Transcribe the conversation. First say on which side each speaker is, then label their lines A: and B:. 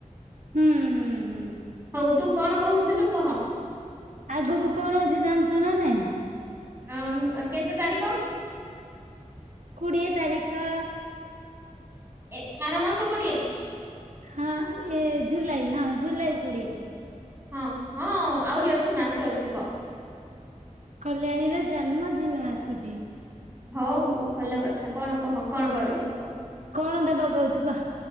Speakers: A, on the right; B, on the right.
A: ହୁଁ ହୁଁ ହୁଁ।
B: ହଉ ତୁ କଣ କହୁଥିଲୁ କହ?
A: ଆଗକୁ କଣ ଅଛି ଜାଣିଛୁ ନା ନାଇଁ?
B: ଆଁ କେତେ ତାରିଖ?
A: କୋଡ଼ିଏ ତାରିଖ।
B: ଏ ଆର ମାସ କୋଡିଏ।
A: ହଁ ଏ ଜୁଲାଇ ହଁ ଜୁଲାଇ କୋଡିଏ।
B: ହଁ ହଁ ଆହୁରି ଅଛି ମାସେ ଅଛି କଅ।
A: କଲ୍ୟାଣୀର ଜନ୍ମଦିନ ଆସୁଛି।
B: ହଉ ହଉ ଭଲ କଥା କଣ କହ କଣ କରିବୁ କହ?
A: କଣ ଦେବା କହୁଛୁ କହ